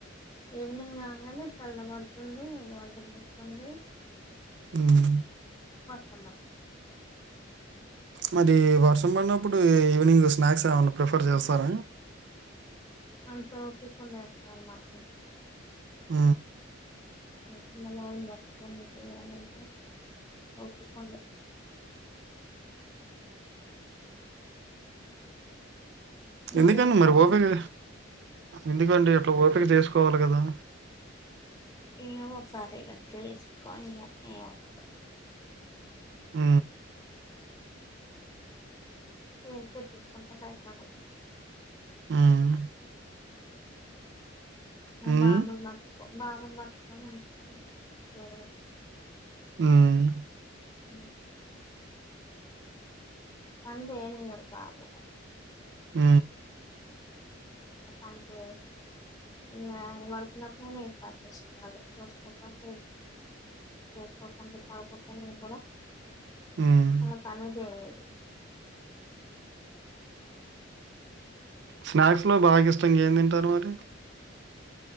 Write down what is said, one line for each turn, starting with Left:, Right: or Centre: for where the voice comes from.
Left: ఈవినింగ్ కాగానే చల్ల పడుతుంది వర్షం వస్తుంది
Right: ఊమ్
Left: నమస్త
Right: మరి వర్షం పడినప్పుడు ఈవినింగ్ స్నాక్స్ ఏమైనా ప్రిఫర్ చేస్తారా
Left: అ ఓపిక ఉండాలి స
Right: ఆ
Left: చిన్న బాబుని పట్టుకోనిడి చేయాలంటే ఒప్పుకోండి మీరు
Right: ఎందుకండి
Left: చేస్తారా
Right: మరి ఓపే క ఎందుకండి అట్లా ఓప ఇక్కకి తీసుకోవాలి కదా
Left: ఏమో సారి ఇక చేసుకని ఏమన్నారు
Right: ఆ
Left: ఏం తెప్పించుకుంటాం బయట ఉండదు
Right: హ్మ్.
Left: మా
Right: హ్మ్.
Left: బాబ మా బాగు పట్టుక
Right: ఆవు
Left: అ అందేని బాబాబ
Right: ఆ
Left: పని చేయదు ఇ పడుకున్నప్పుడుై ఏం పని చేసుకోవాలి చేసుకోకపో చేసుకోకుడా పడుకుంటే నేను కూడా
Right: హ్మ్.
Left: అ పని చేలేదు
Right: స్నాక్స్ లో బాగా ఇష్టం ఏం తింటారు మరి